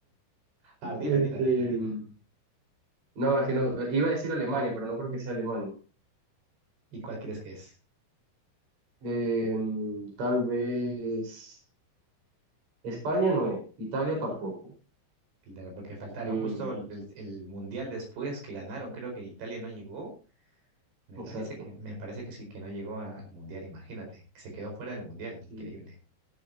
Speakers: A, on the right (about 65°); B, on the right (about 40°).
A: A ver, dila,
B: Este,
A: dila, dila, dila.
B: mm, no, es que no, eh, iba a decir Alemania, pero no creo que sea Alemania.
A: ¿Y cuál crees que es?
B: Eh, mm, tal vez España no es, Italia tampoco.
A: Claro, porque faltaron
B: Mm,
A: justo el, el- el Mundial después que ganaron, creo que Italia no llegó. Me
B: exacto,
A: parece que, me parece que sí, que no llegó al Mundial, imagínate, que se quedó fuera del Mundial,
B: sí.
A: increíble.